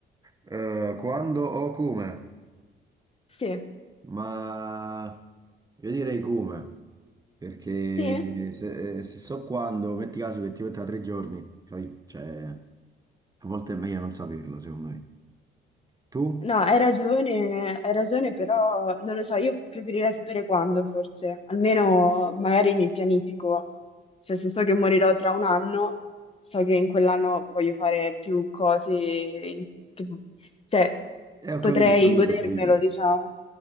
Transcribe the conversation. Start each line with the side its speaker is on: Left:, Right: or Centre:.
Right: eh, quando o come?
Left: Sì,
Right: Ma io direi come, perché
Left: sì,
Right: se, se so quando, metti caso che ti metto tra tre giorni, capì? Cioè, a volte è meglio non saperlo, secondo me. Tu?
Left: No, hai ragione, hai ragione, però non lo so, io preferirei sapere quando forse, almeno magari mi pianifico, cioè se so che morirò tra un anno, so che in quell'anno voglio fare più cose, in- che- cioè
Right: Eh, ho
Left: potrei
Right: capito, ho capito,
Left: godermelo,
Right: ho capito.
Left: diciamo,